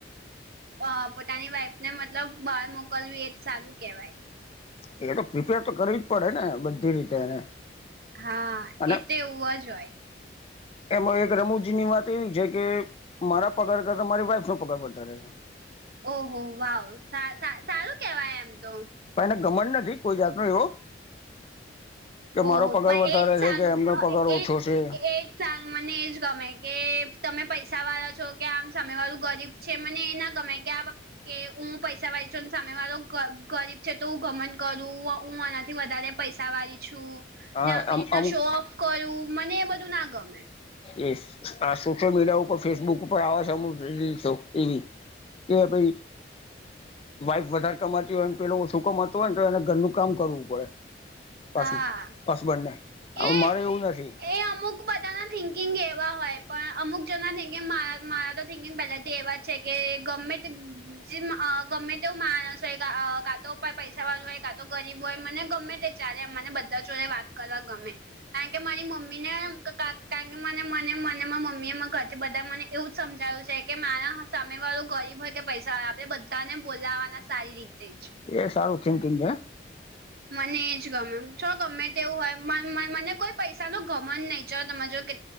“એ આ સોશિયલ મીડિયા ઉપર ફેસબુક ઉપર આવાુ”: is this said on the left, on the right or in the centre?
Left